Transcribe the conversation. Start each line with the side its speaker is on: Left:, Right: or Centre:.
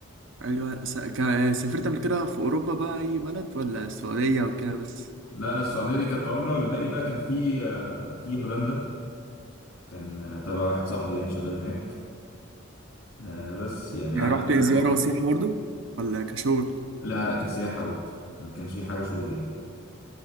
Right: ايوه س... ك... سافرت قبل كده في اوروبا بقى اي بلد ولا السعودية وكده بس؟
Left: لا السعودية دي كانت عمرة الباقي بقى كان في آه، في هولندا كان آه، تبع واحد صاحبي يعني شغال هناك آه، بس يعني
Right: يعني
Left: قعدت
Right: رحت
Left: معاه
Right: زيارة
Left: فترة
Right: وسياحة برضو ولا كشغل؟
Left: لا لا كسياحة برضه ما كانش في حاجة شغل يعني